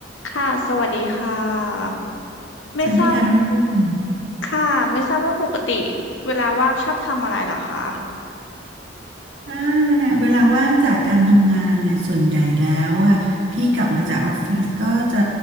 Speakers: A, on the left (about 80°); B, on the right (about 75°).
A: ค่ะสวัสดีค่ะไม่ทราบ
B: สวัสดีค่ะน้องปิ่ง
A: ค่ะไม่ทราบว่าปกติเวลาว่างชอบทำอะไรเหรอคะ
B: ถ้าเวลาว่างจากการทำงานเนี่ยส่วนใหญ่แล้วอ่ะพี่กลับมาจากออฟฟิศก็จะ